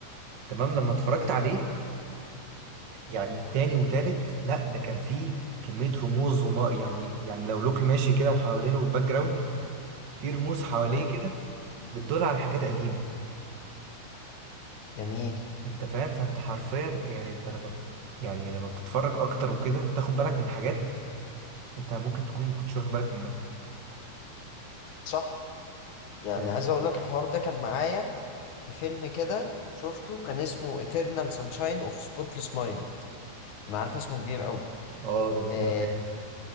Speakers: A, on the right; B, on the left.
A: تمام لما اتفرجت
B: حلو
A: عليه يعني تاني وتالت لا ده كان فيه كميه رموز وما يعني يعني لو لوكي ماشي كده وحوالينه باك جراوند في رموز حواليه
B: مم.
A: كده بتدل على حاجات قديمه
B: جميل
A: انت فاهم فانت حرفيا يعني انت لما بت... يعني لما بتتفرج اكتر وكده بتاخد بالك من حاجات انت ممكن تكون ما كنتش واخد بالك منها
B: صح يعني
A: فاهم
B: عايز اقول لك الحوار ده كان معايا في فيلم كده شفته كان اسمه Eternal Sunshine of Spotless Mind انا عارف اسمه كبير قوي
A: اه ده كبير
B: آه
A: قوي